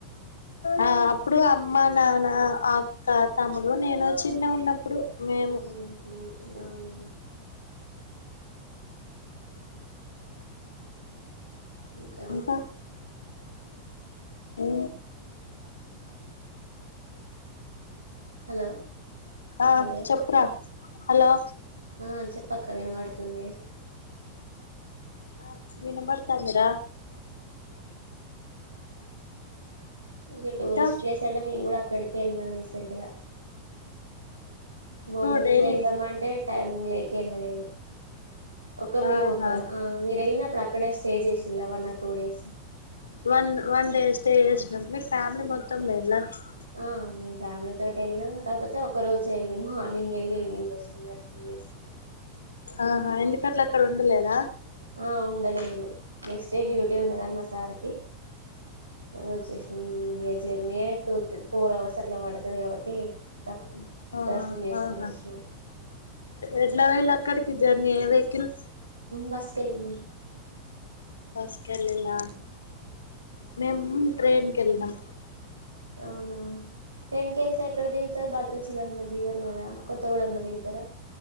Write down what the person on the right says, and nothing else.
అవున ఇంకా
హలో
హలో
ఆ చెప్పక్క విన వాడుతుంది
ఇక టూరిస్ట్
ప్లేస్ అంటే మేం కూడ అక్కడి కే వెళ్ళిన రీసెంట్ గ బోర్డింగ్
ఇట్లా వెళ్దామ అంటే టైమింగ్ లేక వెళ్ళలేదు ఒక మేము
ఒక ఆ మీరు వెళ్ళినప్పు ఇప్పుడు అక్కడే స్టే చేసిలా one or two days
ఆ మేము ఫ్యామిలీ తోటి వెళ్ళాం కాకపోతే ఒక రోజు వెళ్ళి మార్నింగ్ వెళ్ళి ఈవినింగ్ వచ్చినాం దర్శనం చేసుకొని
ఆ ఉండలేదు నెక్స్ట్ డే డ్యూటీ ఉండదని మా సార్కి వచ్చేసా evening journey two four hours అట్లా పడతుది కాబట్టి తక్కువ
దర్శనం చేసుకొని
వచ్చినాం
బస్ కెళ్ళినం
అవునా ట్రైన్ కెల్తే ఎక్కడ దిగుతారు <unintelligible> <unintelligible> దిగరు కదా కొత్తగూడెంలో దిగుతారా